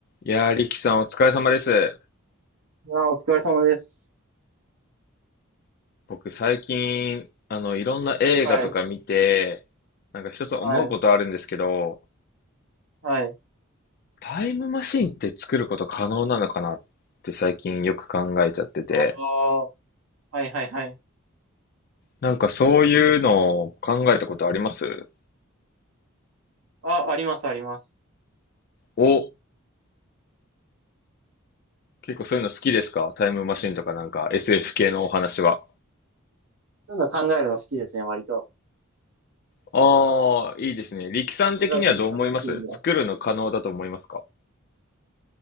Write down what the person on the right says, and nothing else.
あ、お疲れ様です。
はあい、の、
はい、はい。
ああ、はい、はい、はい。
あ、あります、あります。
そういうの考えるの好きですね、割と。
考えていくの好きんだ。